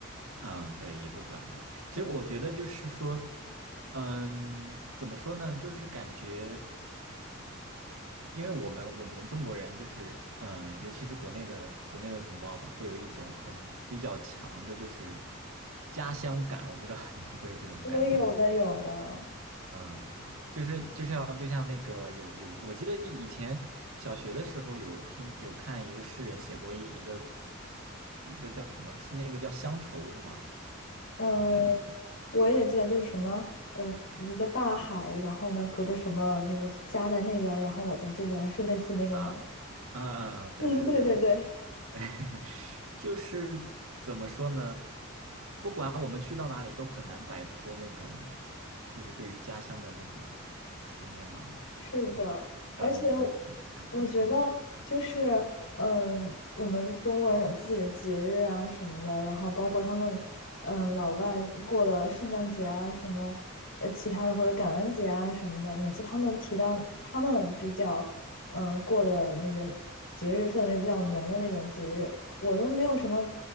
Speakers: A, on the right; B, on the left.
A: 嗯，对，也不短了。
B: 对，
A: 其实我觉得就是说，嗯，怎么说呢，就是感觉。因为我们我们中国人就是，嗯、尤其是国内的国内的同胞吧，会有一种很比较强的，就是家乡感。我不知道你会不会有这种感觉，
B: 我有的有的，
A: 嗯，就是就像就像那个有有，我记得以前小学的时候有听有看一个诗人写过一一个一个叫什么，那个叫乡愁是吗？
B: 呃，
A: 我好像都
B: 我也记得就是什么，呃，一个大海，然后呢，隔着什么那个家在那边儿，然后我在这边儿，是类似那个吗？
A: 啊啊啊啊，对对对，
B: 嗯，对对对。
A: <laughs> 就是怎么说呢？不管我们去到哪里，都很难摆脱那种，就是对于家乡的那种思念吧。
B: 是的，
A: 嗯，让你你怎么想？
B: 而且我觉得就是，
A: 嗯
B: 嗯，我们中国人有自己的节日啊什么的，然后包括他们，嗯，老外过的圣诞节啊什么，呃，其他的或者感恩节啊什么的，每次他们提到他们比较，嗯，过的那个节日氛围比较浓的那种节日，我都没有什么